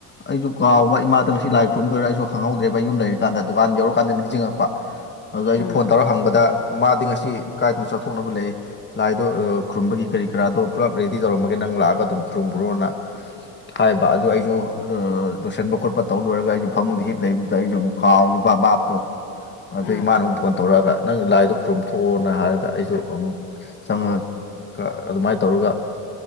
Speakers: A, on the left (about 25°); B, on the left (about 75°).
A: ꯑꯩꯁꯨ ꯀꯥꯎꯕ ꯏꯃꯥꯗ ꯉꯁꯤ ꯂꯥꯏ ꯈꯨꯔꯨꯝꯗꯣꯏꯔꯥ ꯑꯩꯁꯨ ꯍꯪꯍꯧꯗ꯭ꯔꯦꯕ ꯑꯩ ꯌꯨꯝ ꯂꯩꯔꯤꯀꯥꯟꯗ ꯗꯨꯀꯥꯟ ꯌꯧꯔꯀꯥꯟꯗ ꯆꯤꯡꯉꯛꯄ ꯑꯗꯨꯣ ꯑꯩꯁꯨ
B: ꯎꯝ
A: ꯐꯣꯟ
B: ꯎꯝ
A: ꯇꯧꯔꯒ
B: ꯎꯝ
A: ꯍꯪꯕꯗ ꯃꯥꯗꯤ ꯉꯁꯤ ꯀꯥꯏꯗꯅ ꯆꯥꯎꯊꯣꯛꯅꯕ ꯂꯩ ꯂꯥꯏꯗꯣ ꯈꯨꯔꯨꯝꯕꯒꯤ ꯀꯔꯤ ꯀꯔꯥꯗꯣ ꯄꯨꯜꯂꯞ ꯔꯦꯗꯤ ꯇꯧꯔꯝꯃꯒꯦ ꯅꯪ ꯂꯥꯛꯑꯒ ꯑꯗꯨꯝ ꯈꯨꯔꯨꯝꯕ꯭ꯔꯣꯅ ꯍꯥꯏꯕ ꯑꯗꯨ ꯑꯩꯁꯨ ꯂꯣꯏꯁꯤꯟꯕ ꯈꯣꯠꯄ ꯇꯧ ꯂꯣꯏꯔꯒ ꯑꯩꯁꯨ ꯐꯃꯨꯡꯗ ꯍꯤꯞ ꯂꯩꯕꯗꯨꯗ ꯑꯩꯁꯨ ꯑꯃꯨꯛ ꯀꯥꯎꯔꯨꯕ ꯕꯥꯥꯞꯇꯣ ꯑꯗꯩ
B: ꯎꯝ
A: ꯏꯃꯥꯅ ꯑꯃꯨꯛ ꯐꯣꯟ ꯇꯧꯔꯛꯑꯒ ꯅꯪ ꯂꯥꯏꯗꯣ ꯈꯨꯔꯨꯝꯊꯣꯛꯑꯣꯅ ꯍꯥꯏꯔꯒ ꯑꯩꯁꯨ ꯑꯃꯨꯛ ꯆꯪꯉꯒ ꯑꯗꯨꯃꯥꯏꯅ ꯇꯧꯔꯒ